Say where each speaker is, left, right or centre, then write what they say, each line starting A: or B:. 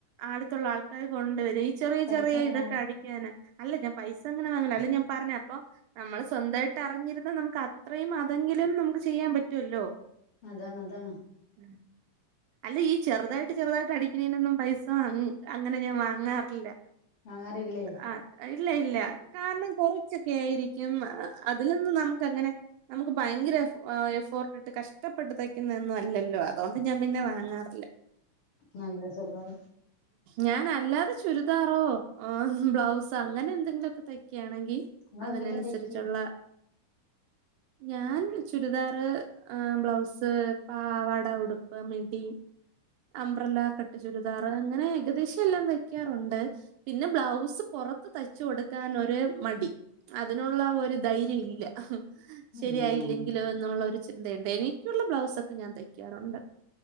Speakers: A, on the right; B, on the left.
A: അടു ത്തുള്ള ആൾക്കാര് കൊണ്ട്വരും. ഈ ചെറിയ
B: പൈസ
A: ചെറിയ
B: എങ്ങനെയാണ്
A: ഇതൊക്കെ അടിക്കാന്. അല്ല ഞാ പൈസ അങ്ങനെ വാങ്ങല അല്ല ഞാ പറഞ്ഞ അപ്പൊ നമ്മള് സ്വന്തയിട്ട് അറിഞ്ഞിരുന്ന നമുക്ക് അത്രയും അതെങ്കിലും നമുക്ക് ചെയ്യാൻ പറ്റുല്ലോ.
B: അതാണ് അതാണ്.
A: ഉം. അല്ല ഈ ചെറുതായിട്ട് ചെറുതായിട്ട് അടിക്കുന്നേനൊന്നും പൈസ അങ്ങനെ ഞാ വാങ്ങാറില്ല.
B: വാങ്ങാറില്ലേ.
A: ആ ഇല്ല ഇല്ല കാരണം കുറച്ചൊക്കെ ആയിരിക്കും അതിൽ നിന്ന് നമുക്ക് അങ്ങനെ നമുക്ക് ഭയങ്കര എഫോർട്ട് ഇട്ട് കഷ്ടപ്പെടുത്തക്കുന്നെന്നും അല്ലല്ലോ അതൊണ്ട് ഞാ പിന്നെ വാങ്ങറില്ല.
B: നല്ല സ്വഭാവം
A: ഞാൻ അല്ലാതെ ചു ദാറോ ബ്ലൗസ അങ്ങനെ എന്തെങ്കിലു തൈക്കാണെങ്കി
B: നിങ്ങളെന്തൊക്കെ
A: അതിനനുസരിച്ചുള്ള
B: തയ്ക്കും
A: ഞാൻ ചുരിദാർ ബ്ലൗസ് പാവാട ഉടുപ്പ് മി ടി അബ്രല കട്ടു ചുരിദാർ അങ്ങനെ ഏകദേശം എല്ലാം തയ്ക്കാറുണ്ട്. പിന്നെ ബ്ലൗസ് പൊറത്ത് തയ് ച്ച് കൊടുക്കാനൊരു മടി. അതിനുള്ള ഒരു ധൈര്യം ഇല്ല. ശരിയായില്ലെങ്കിലോ
B: അങ്ങനെ
A: എന്നുള്ള ഒരു ചിന്തയല്ല ഡ എനിക്കുള്ള ബ്ലൗസ് ഒക്കെ ഞാൻ തയ്ക്കാറുണ്ട്